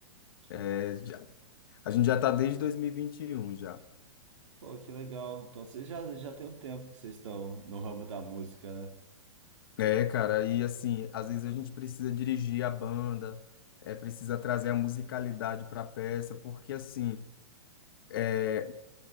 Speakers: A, on the right (about 65°); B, on the left (about 40°).
A: Que,
B: é, já- a gente já está desde 2021 já.
A: Pô, que legal. Então vocês já, já tem um tempo que vocês estão no ramo da música, né?
B: É, cara, e assim, às vezes a gente precisa dirigir a banda, é, precisa trazer a musicalidade para a peça, porque assim é,